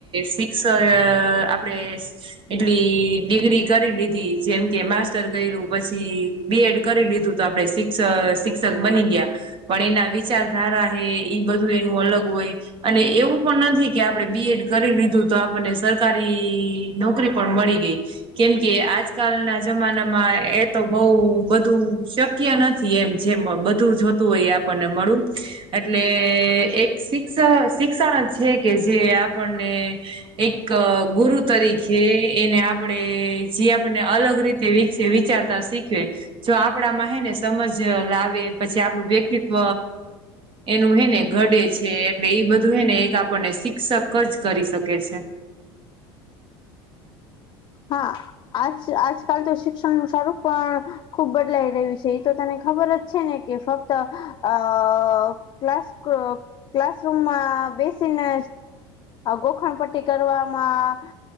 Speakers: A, on the right (about 40°); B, on the left (about 35°).
A: શિક્ષણ આપડે એટલી ડિગ્રી કરી લીધી જેમ કે માસ્ટર કર્યું પછી બીએડ કરી લીધું તો આપડે શિક્ષ શિક્ષક બની ગયા પણ એના વિચારધારા હે એ બધું એનું અલગ હોય અને એવું એ પણ નથી કે આપણે બી એડ કરી લીધું તો આપણને સરકારી નોકરી પણ મળી ગઈ કેમ કે આજકાલના જમાનામાં એ તો બહુ બધું શક નથી એમ જેમ બધું જોતું હોય આપણને મળ એટલે એક શિક્ષ શિક્ષણ જ છે કે જે આપણને એક ગુરુ તરીકે એને આપણેે જે આપને અલગ રીતે વ વિચારતા શીખવે જો આપણામાં હને સમજ લાવે પછી આપણું વ્યક્તિત્વ એનું હેને ઘડે છે એટલે એ બધું હેને એક આપણને શિક્ષક જ કરી શકે છે.
B: હા આજ આજકાલ તો શિક્ષણનું સારું પણ ખૂબ બદલાઈ રહ્યું છે એ તો તને ખબર જ છે ને કે ફક્ત અ ક્લાસ ક્લાસરૂમમાં બેસીને ગોખણ પટ્ટી કરવામાં